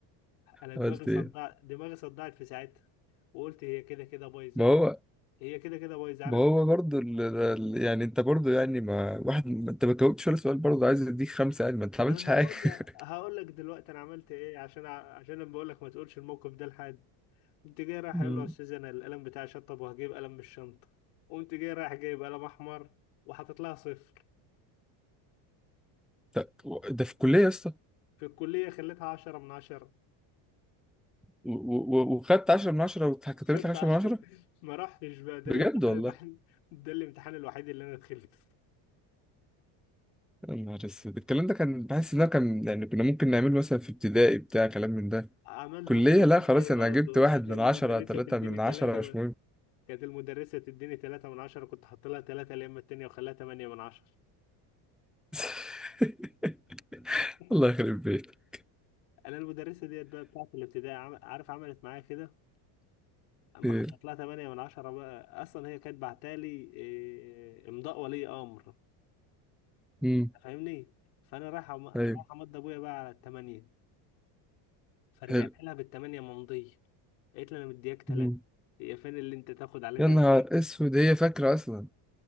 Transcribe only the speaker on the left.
انا دماغي
صدعت
دماغي صدعت في ساعتها وقلت هي كده كده بايظة
بقى
هي كده كده بايظة عارف
ما انا
هقول لك
هقول لك دلوقتي انا عملت ايه عشان ع- عشان انا بقول لك ما تقولش الموقف ده لحد قمت جاي رايح
اقول له يا استاذ انا القلم بتاعي شطب وهجيب قلم من الشنطه قمت جاي رايح جايب قلم احمر وحاطط لها صفر
في الكليه خليتها عشرة من عشرة
خدت
عشرة
<laughs> ما رحتش بقى ده
الامتحان
الوحيد ده الامتحان الوحيد اللي انا دخلته
عملته
في الابتدائي
برضه
كانت
المدرسة
تديني
ثلاثة
من...
كانت المدرسة تديني ثلاثة من عشرة كنت حاط لها ثلاثة يا اما التانية وخليها ثمانية من عشرة
<laughs>
أنا المدرسة ديت بقى بتاعت الابتدائي عم... عارف عملت معايا كده اما
حطيت لها 8 من 10 بقى اصلا هي كانت بعتالي إيه، امضاء ولي امر
فاهمني فانا رايح أم-
رايح امضي ابويا بقى على الثمانية فرجعت
لها بالثمانية ممضية قالت لي انا مدياك ثلاثة
هي فين اللي انت تاخد عليه
8
<laughs>